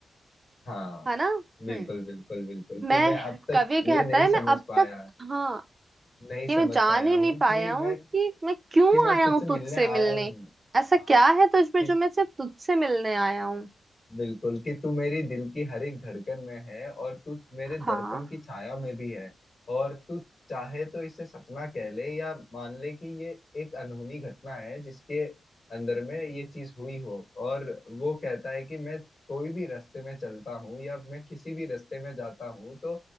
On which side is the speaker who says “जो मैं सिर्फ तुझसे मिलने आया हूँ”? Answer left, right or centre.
Right